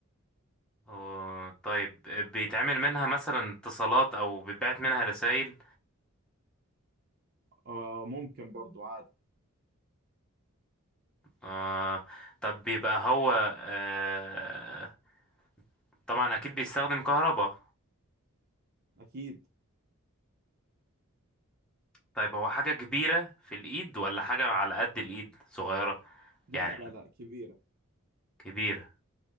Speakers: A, in the centre; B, on the right (about 45°).
A: أوه، طيب آه، بيتعمل منها مثلا اتصالات او بيتبعت منها رسائل
B: اه ممكن برضو عادي
A: آه طب بيبقى هو آه طبعا اكيد بيستخدم كهرباء
B: اكيد
A: طيب هو حاجة كبيرة في الايد ولا حاجة على قد الايد صغيرة
B: لا
A: يعني
B: لا لا كبيره
A: كبيرة